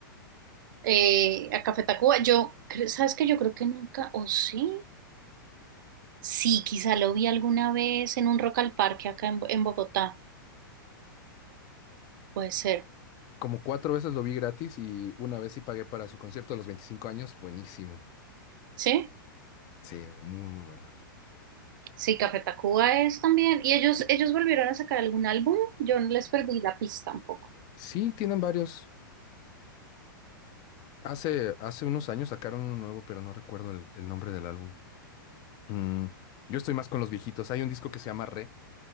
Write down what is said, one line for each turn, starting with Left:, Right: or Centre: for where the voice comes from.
Right: Eh, a Café Tacuba, yo, cre- ¿sabes que Yo creo que nunca, o sí, sí, quizá lo vi alguna vez en un Rock al Parque acá en, Bo- en Bogotá, puede ser,
Left: Como cuatro veces lo vi gratis y una vez sí pagué para su concierto de los 25 años. Buenísimo.
Right: ¿sí?
Left: Sí, muy, muy bueno.
Right: Sí, Café Tacuba es también. ¿Y ellos, ellos volvieron a sacar algún álbum? Yo no les perdí la pista un poco.
Left: Sí, tienen varios. Hace, hace unos años sacaron uno nuevo, pero no recuerdo el, el nombre del álbum. Mm, yo estoy más con los viejitos. Hay un disco que se llama Re,